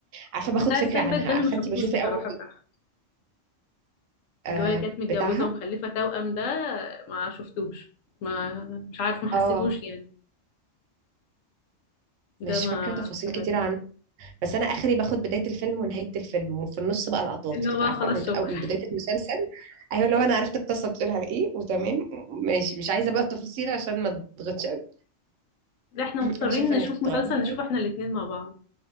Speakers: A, on the right; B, on the left.
A: عارفة باخد
B: بتاع
A: فكرة
B: السنة اللي
A: عنها
B: فاتت ده
A: عارفة
B: اللي ما شفتوش
A: انتي بشوف
B: بصراحة
A: الاول
B: بتاعها.
A: آه
B: اللي هو اللي كانت متجوزة
A: بتاعها
B: ومخلفة توأم ده ما شفتوش ما مش عارف ما حسيتوش
A: اه
B: يعني
A: مش
B: ده ما
A: فاكرة تفاصيل
B: تابعتوش
A: كتير عن بس انا اخري باخد بدايه الفيلم ونهايه الفيلم وفي النص بقى لقطات
B: اللي
A: كده
B: هو بقى
A: عارفه
B: خلاص
A: من
B: شكرا
A: أو من بدايه المسلسل ايوه لو انا عرفت القصه بتقول على ايه وتمام ماشي مش عايزه بقى التفاصيل عشان ما تضغطش قوي
B: لا احنا مضطرين
A: انا شايفه
B: نشوف
A: انك
B: مسلسل
A: تغيري
B: نشوف
A: طيب
B: احنا الاتنين مع بعض